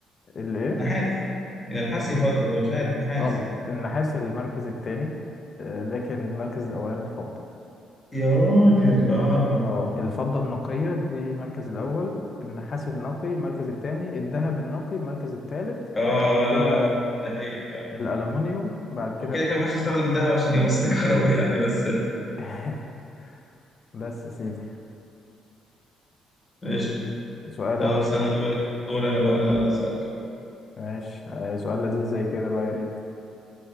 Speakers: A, on the left; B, on the left.
A: الايه
B: نحاس يا نحاس
A: ها؟
B: يا فضة فمش عارف نحاس
A: غلط النحاس المركز الثاني لكن المركز الاولاني الفضه
B: يا راجل اه
A: اه الفضه النقيه دي المركز الاول النحاس النقي المركز الثاني الذهب النقي المركز الثالث
B: اه
A: بعد
B: لا
A: كده
B: لا لا دي حقيقة فعلا
A: الالومنيوم بعد كده
B: وكده
A: نح...
B: كده محدش يستخدم الذهب عشان يوصل كهرباء يعني بس
A: <laughs> بس يا سيدي
B: <laughs>
A: سؤال
B: طب
A: اهو
B: استنى
A: لذيذ.
B: دور دور انا بقى انا اسالك أنا.
A: ماشي آه، سؤال لذيذ زي كده بقى يا ريت